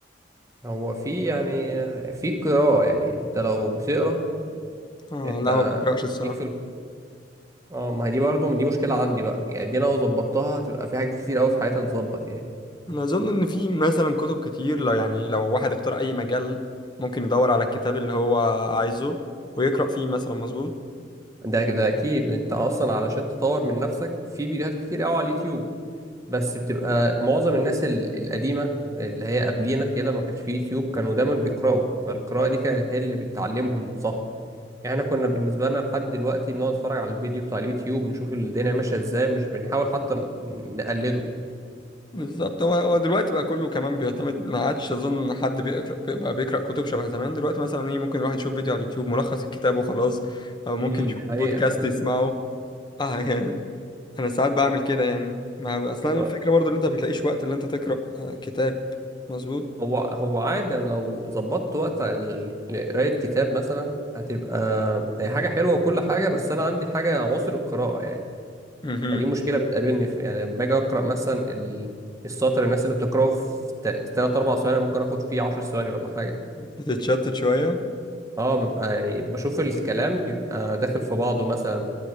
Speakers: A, on the right; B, on the left.
A: هو في يعني في قراءة يعني أنت لو بتقرا
B: آه
A: أنت
B: لا ما بقرأش الصراحة
A: ليك في ال- اه ما هي دي برضه دي مشكلة عندي بقى يعني دي أنا لو ظبطتها هتبقى في حاجات كتير أوي في حياتي تتظبط يعني
B: انا اظن ان في مثلا كتب كتير لو يعني لو واحد اختار اي مجال ممكن يدور على الكتاب اللي هو عايزه ويقرأ فيه مثلا مظبوط
A: ده كده أكيد أنت أصلا علشان تطور من نفسك في فيديوهات كتير أوي على اليوتيوب بس بتبقى معظم الناس ال- القديمة اللي هي قبلينا كده ما كانش في يوتيوب كانوا دايما بيقرأوا فالقراءة دي كانت هي اللي بتعلمهم صح يعني احنا كنا بالنسبة لنا لحد دلوقتي بنقعد نتفرج على الفيديو بتاع اليوتيوب نشوف الدنيا ماشية ازاي مش بنحاول حتى ن- نقلده
B: بالظبط هو هو دلوقتي بقى كله كمان بيعتمد ما عادش اظن حد بيقرأ بقى بيقرأ كتب شبه زمان دلوقتي مثلا ايه ممكن الواحد يشوف فيديو على اليوتيوب ملخص الكتاب وخلاص او ممكن
A: امم
B: يشوف
A: دي حقيقة
B: بودكاست يسمعه <laughs> اه يعني انا ساعات بعمل كده يعني ما اصلا الفكرة
A: آه.
B: برضو ان انت ما بتلاقيش وقت اللي انت تقرأ آه، كتاب مظبوط
A: هو هو عادي انا لو ظبطت وقت ال- لقراية كتاب مثلا هتبقى هي حاجة حلوة وكل حاجة بس انا عندي حاجة عسر القراءة يعني
B: مهم.
A: فدي مشكلة بتقابلني في يعني لما باجي اقرا مثلا ال- السطر الناس اللي بتقراه في تا- تلات اربع ثواني أنا ممكن اخد فيه عشر ثواني ولا حاجة
B: بتتشتت شوية
A: اه بيبقى يعني بشوف الكلام بيبقى داخل في بعضه مثلا